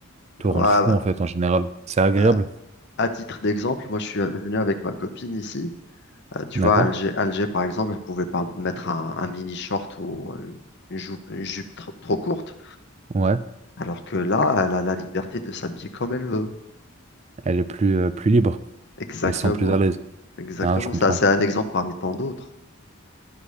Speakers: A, on the right (about 30°); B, on the left (about 55°).
A: te rendre
B: Voilà.
A: fou
B: bah,
A: en fait en général. C'est agréable.
B: À à titre d'exemple, moi, je suis venu avec ma copine ici. Euh, tu
A: D'accord?
B: vois, à Alger, Alger, par exemple, elle pouvait pas mettre un, un mini short ou euh, une, jou- une jupe tr- trop courte.
A: Ouais.
B: Alors que là, elle a la liberté de s'habiller comme elle veut.
A: elle est plus, euh, plus libre.
B: Exactement,
A: Elle se sent plus à l'aise.
B: exactement.
A: Ah, je comprends.
B: Ça, c'est un exemple parmi tant d'autres.